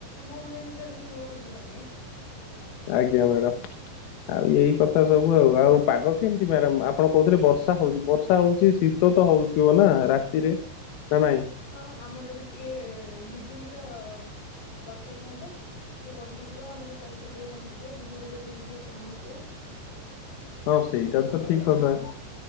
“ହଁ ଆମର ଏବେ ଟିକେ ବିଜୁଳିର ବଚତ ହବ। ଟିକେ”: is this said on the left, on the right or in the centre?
Left